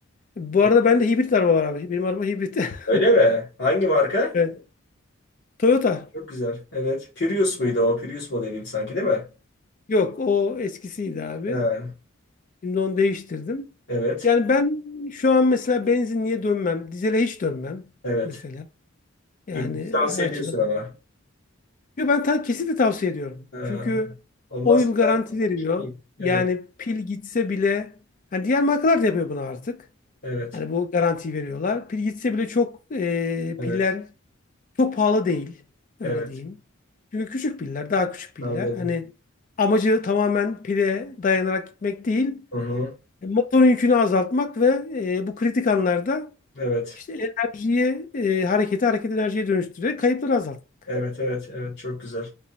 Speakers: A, on the left; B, on the left.
A: Bu
B: e,
A: arada bende hibrit araba var abi. Benim araba hibrit. <laughs>
B: öyle mi? Hangi marka?
A: Evet. Toyota.
B: Çok güzel. Evet. Prius muydu o? Prius modeli sanki değil mi?
A: Yok o eskisiydi abi.
B: Ha,
A: Şimdi onu değiştirdim.
B: evet.
A: Yani ben şu an mesela benzinliğe dönmem. Dizele hiç dönmem
B: Evet.
A: mesela. Yani
B: İbrik'i tavsiye
A: her açıdan.
B: ediyorsun ama.
A: Yo, ben ta kesinlikle tavsiye ediyorum.
B: Ee,
A: Çünkü
B: olmazsa
A: 10 yıl garanti
B: ben...
A: veriyor.
B: Evet,
A: Yani pil gitse bile hani diğer markalar da yapıyor bunu artık.
B: evet,
A: Hani bu garantiyi veriyorlar. Pil gitse bile çok e,
B: evet,
A: piller çok pahalı değil. Öyle
B: evet.
A: diyeyim. Çünkü küçük piller, daha küçük piller.
B: Anladım.
A: Hani amacı tamamen pile dayanarak gitmek değil.
B: Hı hı.
A: E, Motorun yükünü azaltmak ve e, bu kritik anlarda
B: Evet,
A: işte enerjiyi, e, hareketi hareket enerjiye dönüştürerek kayıpları azaltmak.
B: evet, evet, evet. Çok güzel.